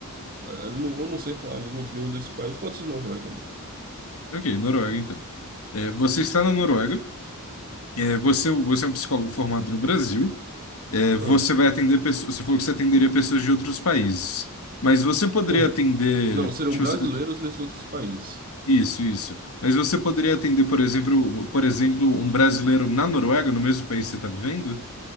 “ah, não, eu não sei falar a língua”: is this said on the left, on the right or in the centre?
Right